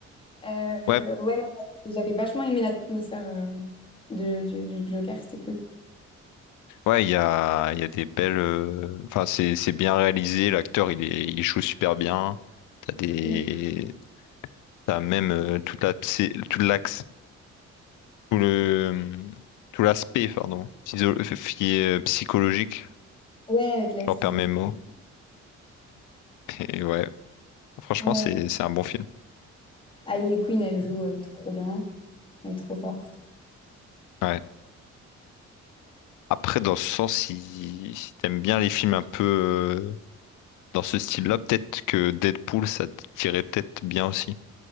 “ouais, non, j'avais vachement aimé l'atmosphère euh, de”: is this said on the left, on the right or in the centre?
Left